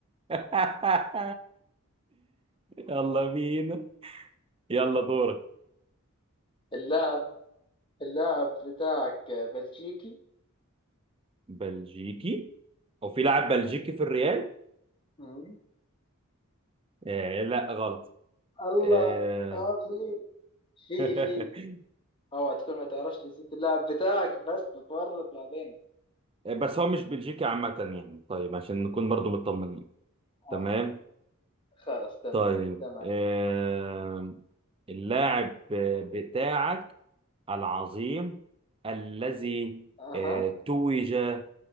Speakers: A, on the right; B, on the left.
A: <laughs> يلا بينا يلا دورك
B: اللاعب اللاعب بتاعك بلجيكي
A: بلجيكي او في لاعب بلجيكي في الريال
B: مم.
A: آه لا غلط
B: الله
A: آه
B: اه في في
A: <laughs>
B: في اوعى تكون ما تعرفش جنسية اللاعب بتاعك بس بتورط بعدين
A: بس هو مش بلجيكي عامة يعني طيب عشان نكون برضو مطمنين تمام
B: آه خلاص تمام
A: طيب
B: تمام
A: آه اللاعب بتاعك العظيم الذي
B: اها
A: آه، توج آه،